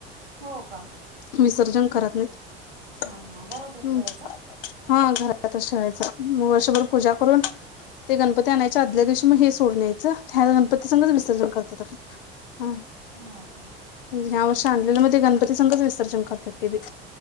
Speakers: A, on the right; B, on the left.
A: हो का
B: विसर्जन करत नाही
A: हा
B: हम्म.
A: हा घरातच ठेवायचा
B: हा घरातचं ठेवायचा म वर्षभर पूजा करून ते गणपती आणायच्या आदल्या दिवशी हे सोडून यायचं ह्या गणपती संगच विसर्जन करतात. ह्अ
A: हा का
B: यावर्षी आणलेलं म ते गणपती संगच विसर्जन करत्यात तेबी,